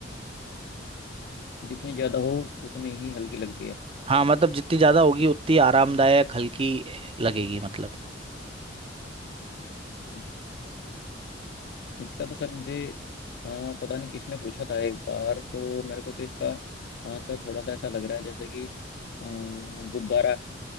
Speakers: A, on the left (about 60°); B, on the right (about 30°).
A: जितनी ज्यादा हो उतनी ही हल्की लगती है
B: हाँ मतलब जितनी ज्यादा होगी उतनी आरामदायक हल्की ए, लगेगी मतलब
A: हम्म, इसका तो सर मुझे हाँ पता नहीं किसने पूछा था एक बार तो मेरे को तो इसका आंसर थोड़ा सा ऐसा लग रहा है जैसे कि अ, गुब्बारा